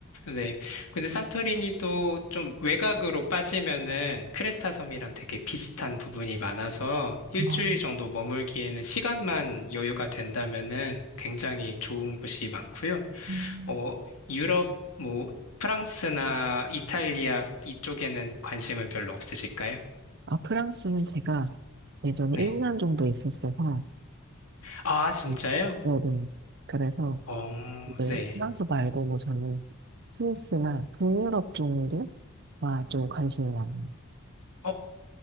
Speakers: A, on the left; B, on the right.
A: 네. 근데 산토리니도 좀 외곽으로 빠지면은 크레타 섬이랑 되게 비슷한 부분이 많아서 일주일
B: 아,
A: 정도 머물기에는 시간만 여유가 된다면은 굉장히 좋은 곳이 많고요.
B: 음.
A: 어, 유럽, 뭐, 프랑스나 이탈리아 이쪽에는 관심은 별로 없으실까요?
B: 아, 프랑스는 제가 예전에
A: 네.
B: 1년 정도 있었어서,
A: 아, 진짜요?
B: 음, 네네. 그래서
A: 어,
B: 이제
A: 네.
B: 프랑스 말고 뭐 저는 스위스나 북유럽 정도가 좀 관심이 많아요.
A: 어,